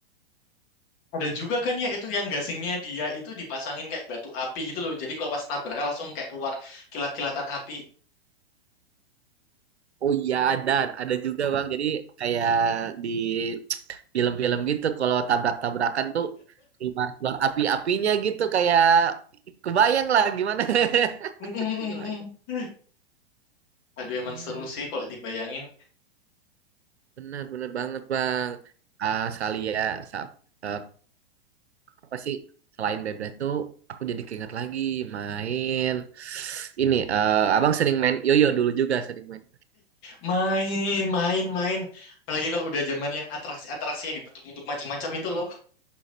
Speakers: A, on the left; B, on the right.
A: Ada juga kan ya itu yang gasingnya dia itu dipasangin kayak batu api gitu loh. Jadi kalau pas nabrak langsung kayak keluar kilat-kilatan api.
B: Oh iya ada ada juga bang. Jadi kayak di film-film gitu kalau tabrak-tabrakan tuh keluar-keluar api-apinya gitu kayak kebayang lah gimana. <laughs>
A: <laughs>
B: Kebayang.
A: Aduh emang
B: Ah,
A: seru sih kalau dibayangin.
B: Benar benar banget bang. Ah sekali ya sa- eh, apa sih selain bebek tuh aku jadi keinget lagi main ini eh, abang sering main yoyo dulu juga sering main
A: Main, main, main. Apalagi kalau udah zaman yang atraksi-atraksi yang dibentuk-bentuk macam-macam itu loh.